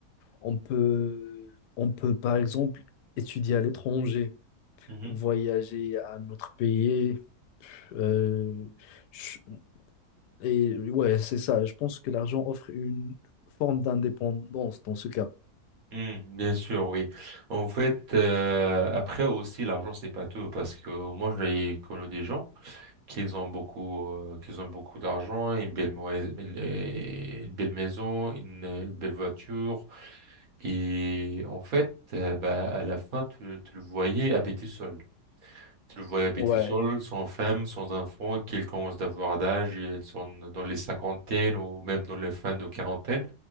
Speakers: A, on the left; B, on the right.
A: On peut, on peut, par exemple, étudier à l'étranger,
B: Mhm.
A: voyager à un autre pays. euh, je- et ouais, c'est ça. Je pense que l'argent offre une forme d'indépendance dans ce cas.
B: Mhm, bien sûr, oui. En fait, euh, après aussi, l'argent, c'est pas tout, parce que moi, j'ai connu des gens qui ont beaucoup, euh, qui ont beaucoup d'argent, une belle, moi- une euh, une belle maison, une, une belle voiture, et en fait, euh, bah, à la fin, tu, tu le voyais habiter seul. Tu le voyais habiter
A: Ouais.
B: seul, sans femme, sans enfant, qu'ils commencent d'avoir d'âge, et elles sont dans les cinquantaines ou même dans les fins de quarantaine.